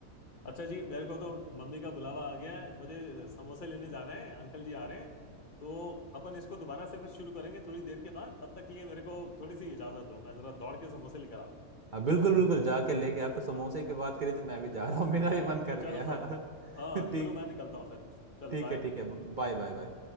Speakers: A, on the left; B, on the right.
A: अच्छा जी मेरे को तो मम्मी का बुलावा आ गया है मुझे समोसे लेने जाना है अंकल जी आ रहे हैं तो अपन इसको दोबारा से फिर शुरू करेंगे थोड़ी देर के बाद तब तक के लिए मेरे को थोड़ी सी इजाजत दो मैं जरा दौड़ के समोसे लेकर आता हूँ
B: अब बिल्कुल बिल्कुल जाके लेके आप तो समोसे
A: हाँ
B: की बात करी तो मैं भी जा रहा हूँ मेरा भी मन कर
A: चल
B: गया
A: फिर
B: <laughs>
A: हाँ
B: ठीक
A: गुरु मैं निकलता हूँ फिर चल
B: ठीक
A: बाय
B: है ठीक है Bye bye bye